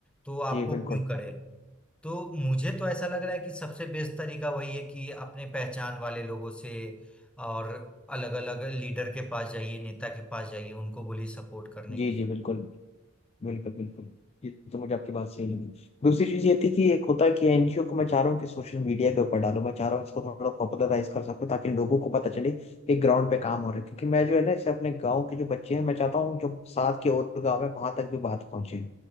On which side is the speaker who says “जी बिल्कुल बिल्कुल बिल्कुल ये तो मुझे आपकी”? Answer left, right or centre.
Left